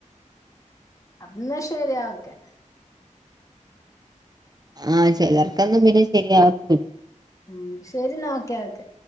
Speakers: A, on the left (about 25°); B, on the right (about 30°).
A: അന്ന ശരിയോക്കെ
B: ആഹ് ചെലർക്കൊന്നും പിന്നെ ശെരിയാവത്തില്ല.
A: ഉം ശെരിന്നാ ഓക്കെ ഓക്കെ.